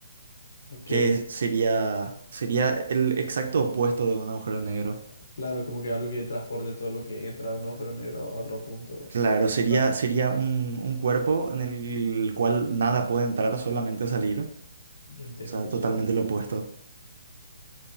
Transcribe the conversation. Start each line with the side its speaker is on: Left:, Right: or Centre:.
Left: Ok.
Right: que sería, sería el exacto opuesto de un agujero negro.
Left: Claro, como que algo que transporte todo lo que entra de un agujero negro a otro punto.
Right: Claro, sería,
Left: O sea,
Right: sería un, un cuerpo en el cual nada puede entrar, solamente salir, o
Left: entiendo,
Right: sea, totalmente
Left: sí.
Right: lo opuesto.